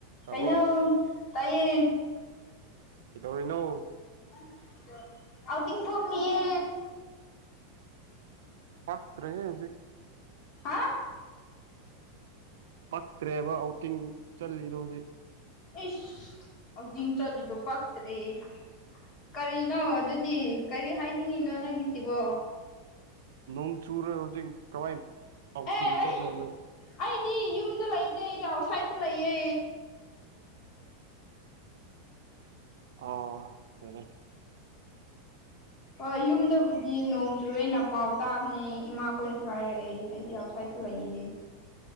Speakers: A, on the right (about 80°); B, on the left (about 35°).
A: ꯇꯥꯕ꯭ꯔꯣ
B: ꯀꯩꯅꯣ ꯇꯥꯏꯌꯦ
A: ꯀꯩꯗꯧꯔꯤꯅꯣ
B: <unintelligible> ꯑꯥꯎꯇꯤꯡ ꯊꯣꯛꯂꯤꯌꯦ
A: ꯄꯥꯛꯇ꯭ꯔꯦꯍꯦ ꯍꯨꯖꯤꯛ
B: ꯍꯥ
A: ꯄꯛꯇ꯭ꯔꯦꯕ ꯑꯥꯎꯇꯤꯡ ꯆꯠꯂꯤꯗꯣ ꯍꯨꯖꯤꯛ
B: ꯏꯁ ꯋꯥꯀꯤꯡ ꯆꯠꯂꯤꯗꯨ ꯄꯛꯇ꯭ꯔꯦꯌꯦ ꯀꯔꯤꯅꯣ ꯑꯗꯨꯗꯤ ꯀꯔꯤ ꯍꯥꯏꯅꯤꯡꯉꯤꯅꯣ ꯅꯪꯒꯤꯁꯤꯕꯣ
A: ꯅꯣꯡ ꯆꯨꯔꯣꯢ ꯍꯧꯖꯤꯛ ꯀꯃꯥꯏ ꯑꯥꯎꯇꯤꯡ
B: ꯑꯦ
A: ꯆꯠꯂꯨꯗꯣꯢ
B: ꯑꯩ ꯑꯩꯗꯤ ꯌꯨꯝꯗ ꯂꯩꯇꯦ ꯑꯩꯗꯤ ꯑꯥꯎꯠꯁꯥꯏꯗꯇ ꯂꯩꯌꯦ
A: ꯑꯣ ꯐꯔꯦ
B: ꯍꯣꯏ ꯌꯨꯝꯗꯕꯨꯗꯤ ꯅꯣꯡ ꯆꯨꯋꯦꯅ ꯄꯥꯎ ꯇꯥꯕꯅꯦ ꯏꯃꯥꯈꯣꯏꯅꯁꯨ ꯍꯥꯏꯔꯛꯑꯦ ꯑꯩꯗꯤ <unintelligible> ꯐ꯭ꯂꯥꯏꯇ ꯂꯩꯏ